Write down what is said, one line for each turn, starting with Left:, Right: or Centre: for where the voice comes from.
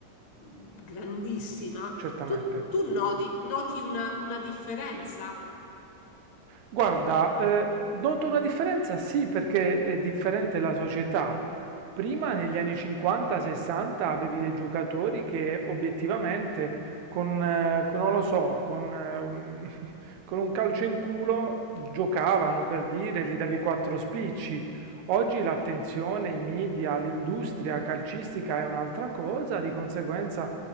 Left: grandissima.
Right: certamente.
Left: Tu, tu noti, noti una, una differenza?
Right: Guarda, eh, noto una differenza, sì, perché è differente la società. Prima, negli
Left: Mm,
Right: anni 50-60, avevi dei giocatori che obiettivamente, con, eh, con- non lo so, con, eh, un <laughs> con un calcio in culo giocavano per dire, gli davi quattro spicci. Oggi l'attenzione, i media, l'industria calcistica è un'altra cosa, di conseguenza